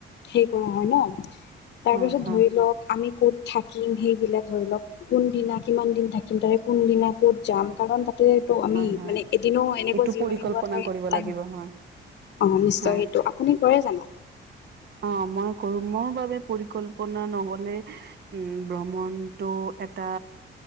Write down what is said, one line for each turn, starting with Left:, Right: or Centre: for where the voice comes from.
Left: হেৰি কৰা হয় ন? তাৰ
Right: হয়
Left: পিছত
Right: হয়
Left: ধৰি লওক আমি ক'ত থাকিম সেইবিলাক ধৰি লওক কোনদিনা কিমান দিন থাকিম তাৰে কোনদিনা ক'ত যাম কাৰণ তাত তে হেত আমি
Right: হয় হয়
Left: মানে এদিনো এনেকুৱা
Right: এইটো
Left: জিৰণি
Right: পৰিকল্পনা
Left: লোৱা ঠাই
Right: কৰিব
Left: টাইম
Right: লাগিব হয়
Left: অ নিশ্চয়
Right: হয়
Left: সেইটো আপুনি কৰে? জানো
Right: অ মই কৰো ম পৰিকল্পনা নহলে উম ভ্ৰমণটো এটা